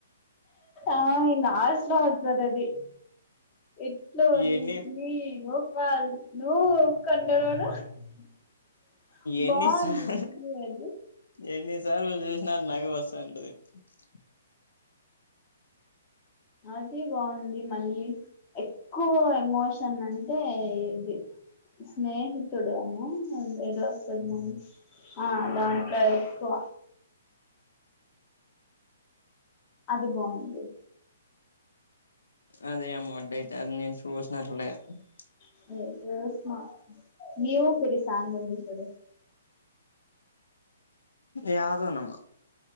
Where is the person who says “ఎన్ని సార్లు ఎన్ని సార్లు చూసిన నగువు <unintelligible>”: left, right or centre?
Left